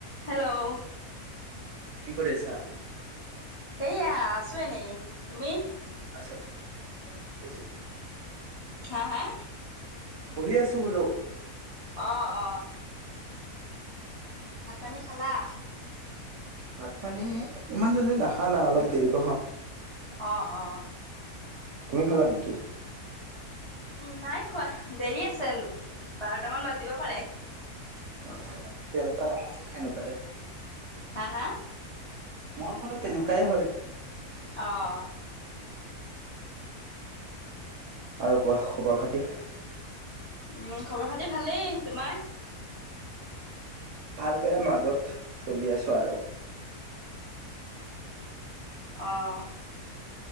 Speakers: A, on the left (about 35°); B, on the right (about 65°).
A: Hello
B: কি কৰি আছা?
A: এইয়া আছো এনেই। তুমি?
B: <inaudible>
A: হা হা?
B: বহি আছো বোলো
A: অ', অ'। ভাত পানী খালা?
B: ভাত পানী ইমান জল্দি নাখানা অলপ দেৰিকে খাম।
A: অ', অ'।
B: তুমি খালা নেকি?
A: উ নাই খোৱা দেৰি আছে বাৰটামান বাজিব পাৰে।
B: অ', তেনেকুৱা <unintelligible> <unintelligible>
A: হা হা
B: মোৰো বলো তেনেকুৱাই হয়।
A: অ',।
B: আৰু কোৱা খবৰ খাতি।
A: উম খবৰ খাতি ভালেই তোমাৰ?
B: ভাল বেয়া মাজত চলি আছো আৰু।
A: অ',